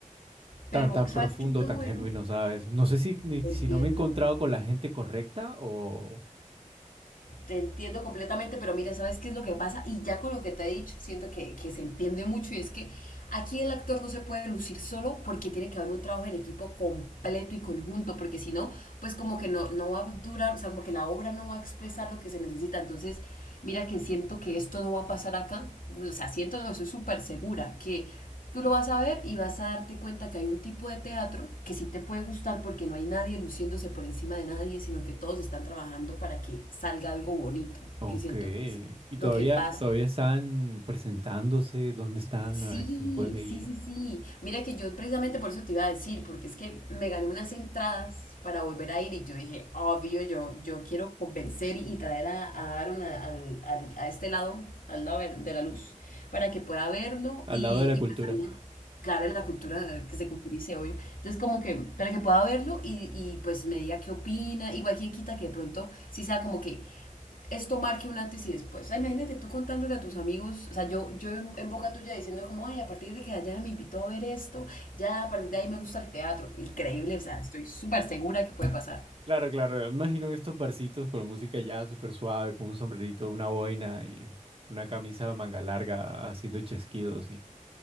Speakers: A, on the left; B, on the right.
A: Pero,
B: tan, tan
A: ¿sabes
B: profundo,
A: qué es lo
B: tan
A: bueno?
B: genuino, ¿sabes? No sé si, ni-
A: Entiendo.
B: si no me he encontrado con la gente correcta o...
A: te entiendo completamente, pero mira, ¿sabes qué es lo que pasa? Y ya con lo que te he dicho, siento que, que se entiende mucho y es que aquí el actor no se puede lucir solo porque tiene que haber un trabajo en equipo completo y conjunto, porque si no, pues como que no, no va a durar, o sea, como que la obra no va a expresar lo que se necesita. Entonces, mira que siento que esto no va a pasar acá, o sea, siento, no, estoy súper segura que Tú lo vas a ver y vas a darte cuenta que hay un tipo de teatro que sí te puede gustar porque no hay nadie luciéndose por encima de nadie, sino que todos están trabajando para que salga algo bonito,
B: Ok.
A: que siento que es
B: ¿Y
A: lo
B: todavía,
A: que pasa.
B: todavía están presentándose? ¿Dónde están?
A: Sí,
B: A ver si me puedo
A: sí,
B: ir.
A: sí, sí. Mira que yo precisamente por eso te iba a decir, porque es que me gané unas entradas para volver a ir y yo dije, obvio, yo, yo quiero convencer y traer a, a Aaron a, al- al- a este lado, al lado de de la luz, para que pueda verlo
B: Al
A: y,
B: lado de la
A: y
B: cultura.
A: pues también, claro, la cultura, que se culturice, obvio. Entonces como que, para que pueda verlo y, y pues me diga qué opina, igual quien quita que de pronto sí sea como que esto marque un antes y después. O sea, imagínate tú contándole a tus amigos, o sea, yo, yo en, en boca tuya diciendo como, ay, a partir de que Dayana me invitó a ver esto, ya a partir de ahí me gusta el teatro. Increíble, o sea, estoy súper segura que puede pasar.
B: Claro, claro. me Imagino que estos barcitos con música ya súper suave, con un sombrerito, una boina y una camisa de manga larga haciendo chasquidos y,